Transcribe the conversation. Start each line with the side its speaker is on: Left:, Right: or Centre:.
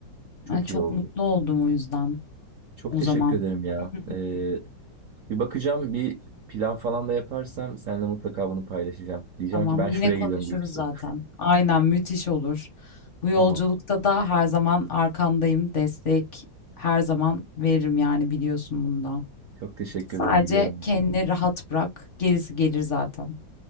Right: Çok
Left: Ay, çok
Right: iyi oldu.
Left: mutlu oldum o yüzden.
Right: Çok
Left: O
Right: teşekkür
Left: zaman
Right: ederim ya.
Left: <laughs>
Right: Ee, bir bakacağım bir plan falan da yaparsam seninle mutlaka bunu paylaşacağım. Diyeceğim
Left: tamam
Right: ki ben
Left: yine
Right: şuraya
Left: konuşuruz
Right: gidiyorum Göksu.
Left: zaten. Aynen müthiş olur. Bu yolculukta
Right: <laughs> Tamam.
Left: da her zaman arkandayım. Destek her zaman veririm yani biliyorsun bunu
Right: Çok teşekkür
Left: Sadece
Right: ederim biliyorum.
Left: kendini
Right: bunu.
Left: rahat bırak. Gerisi gelir zaten.